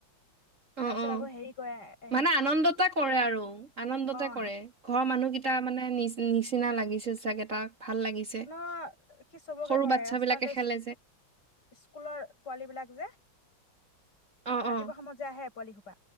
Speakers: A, on the right; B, on the left.
A: অ
B: তাৰপাছত
A: অ
B: আকৌ হেৰি কয়ে
A: মানে আনন্দতে কৰে আৰু, আনন্দতে
B: অ
A: কৰে।
B: হাত
A: ঘৰৰ মানুহকেইটা মানে নি <unintelligible> নিচিনা লাগিছিল চাগে তাক। ভাল লাগিছে
B: ন, সি চবকে
A: সৰু
B: কৰে
A: বাচ্ছাবিলাকে
B: ৰাস্তা যে <inaudible>
A: খেলে
B: স্কুলৰ পোৱালী বিলাক যে।
A: অ
B: ৰাতিপুৱা
A: অ
B: সময়ত যে আহে। পোৱালি সোপা।